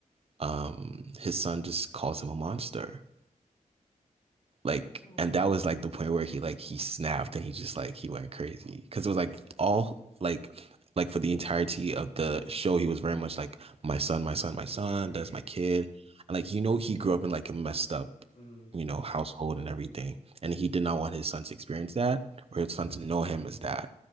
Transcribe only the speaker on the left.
Oh.
Right.
hmm
Right.